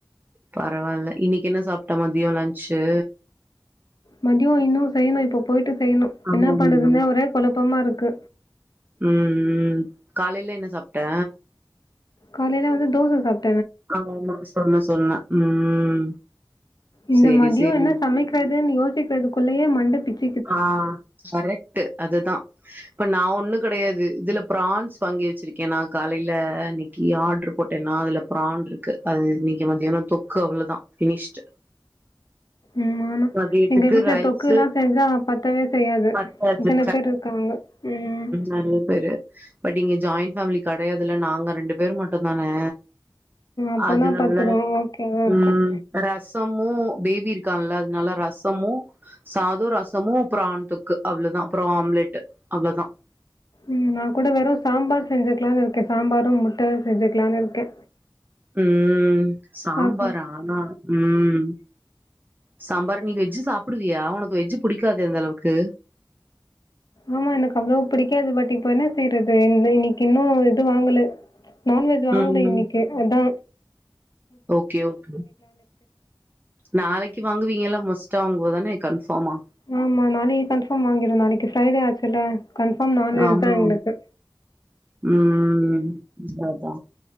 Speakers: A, on the right; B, on the left.
A: பரவால்ல இன்னைக்கு என்ன சாப்ட்ட மதியொ லன்ச்சு
B: மதியோ இன்னு செய்யணு இப்ப போய்ட்டு செய்யணு
A: ஆமாமா.
B: என்ன பண்றதுன்னே ஒரே குழப்பமா இருக்கு
A: ம் ம் காலைல என்ன சாப்ட்ட
B: காலைல வந்து தோச சாப்
A: ஆம்மா ஆம்மா சொன்ன சொன்ன ம்
B: இந்த
A: சேரி
B: மத்யொ
A: சேரி
B: என்ன சமக்கிறதுன் யோசிக்கிறதுக்குள்ளயே மண்ட பிச்
A: ஆ கரெக்ட்டு அதுதா இப்ப நா ஒண்ணுகிடையாது இதுல பிரான்ஸ் வாங்கி வச்சிருக்கே நா காலைல கி ஆர்ட்ரு போட்டேன்னா அதுல பிரான்ருக்கு அது இன்னைக்கு மதியானொ தொக்கு அவ்ளதா ஃபினிஷ்டு
B: ம் ஆனா
A: மதியத்துக்கு
B: எங்க வீட்டுல
A: ரைஸு
B: தொக்கூலா செஞ்சா பத்தவே செய்யாது
A: பத்தாது
B: இத்தன பேர் இருக்காங்க ம்
A: நல்லப்பேரு பட் இங்க ஜாயிண் ஃபேமிலி கடையாதுல்ல நாங்க ரெண்டு பேர் மட்டும்தானெ
B: அப்போனா
A: அதுனால
B: பத்துரும். ஓகே தான் இருக்கும்.
A: ம் ரசமு பேபி இருக்கால்ல அதேனால ரசமு சாதொ ரஸ் சமூ பிராண் தொக்கு அவ்ளதா அப்பற ஆம்லெட்டு அவ்வளதா
B: ம் நா கூட வெறு சாம்பார செஞ்சுக்கலானுருக்கே சாம்பாரு முட்ட செஞ்சுக்கலானு இருக்கே
A: ம் சாம்பாரா
B: பாக்கலாம்.
A: ஆன்னா ம் சாம்பாரு நீ வெஜ்ஜு சாப்டுவியா ஒனக்கு வெஜ்ஜு புடிக்காதே அந்தளவுக்கு
B: ஆம்மா எனக் அவ்ளோ புடிக்காது பட் இப்ப என்ன செய்றது இன் இன்னைக்கு இன்னு எத்துவாங்கல நான்வெஜ் வாங்க்னு
A: ம்
B: இன்னிக்கு அத்தா
A: ஓக்கே ஓக் நாளைக்கு வாங்குவீங்கல்ல ம மஸ்டா வாங்குவதானே கன்ஃபாம்மா
B: ஆம்மா நாளைக்கு கன்பார்ம் வாங்கிடு நாளைக்கு ஃப்ரைடே ஆச்சுல்ல கன்ஃபார்ம் நான்வெஜ்
A: ஆமா
B: தா எங்ளுக்கு
A: ம் அத்தா